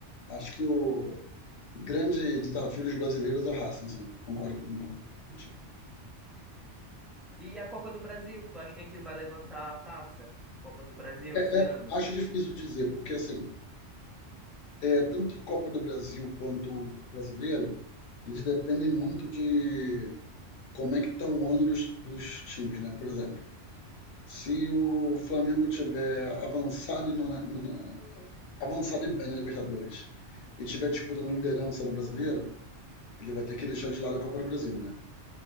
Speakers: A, on the left; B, in the centre.
A: Acho que o grande desafio dos brasileiros é o Racing, sim, concordo com com contigo.
B: E a Copa do Brasil, tu acha quem é que vai levantar a taça? Copa do Brasil
A: É,
B: esse
A: é,
B: ano?
A: acho difícil dizer, porque assim, é, tanto a Copa do Brasil quanto o Brasileiro, eles dependem muito de como é que está o ano dos, dos times, né? Por exemplo, se o Flamengo tiver avançado no, na, na- avançado e bem na Libertadores e tiver disputando a liderança no Brasileiro, ele vai ter que deixar de lado a Copa do Brasil, né?